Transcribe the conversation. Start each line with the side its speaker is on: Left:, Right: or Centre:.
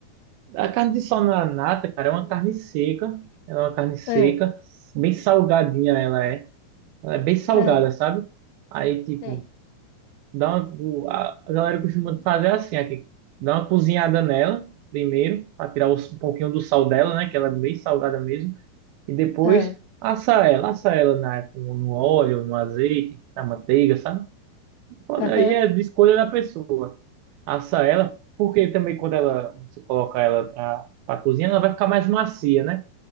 Right: A carne de sol na nata, cara, é uma carne seca. Ela é uma carne seca,
Left: Ah,
Right: bem salgadinha ela é. Ela é bem salgada,
Left: ah,
Right: sabe? Aí, tipo,
Left: sei.
Right: dá uma, o- a a galera costuma fazer assim aqui. Dá uma cozinhada nela primeiro, para tirar os- um pouquinho do sal dela, né? Que ela é bem salgada mesmo. E depois
Left: Ah,
Right: assa ela, assa ela na, no óleo, no azeite, na manteiga, sabe? Pode,
Left: aham.
Right: aí é de escolha da pessoa assar ela, porque também quando ela, você colocar ela pra, pra cozinhar, ela vai ficar mais macia, né?